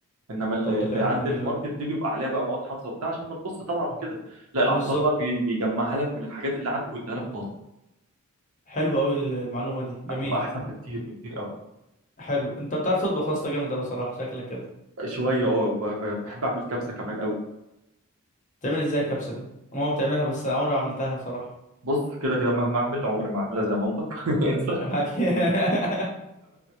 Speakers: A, on the right; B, on the left.
A: انما اللي
B: طب ده
A: اللي
B: كلام
A: عند
B: جميل
A: الماركت
B: قوي
A: دي بيبقى عليها بقى مواد حافظه وبتاع عشان ما تبص طبعا وكده لا العطار
B: بالظبط
A: بقى بي- بيجمعها لك من الحاجات اللي عنده ويديها لك طازه
B: حلو قوي المعلومه دي جميل
A: هتبقى احسن بكتير بكتير قوي
B: حلو انت بتعرف تطبخ يا اسطى جامد قوي صراحه شكلك كده
A: شويه اه وب- ب- بحب اعمل كبسه كمان قوي
B: بتعمل ازاي الكبسه دي ماما بتعملها بس عمري ما عملتها صراحه
A: بص كده كده مهما اعمل عمري ما اعملها زي مامتك <laughs> انسى
B: <laughs> أكيد.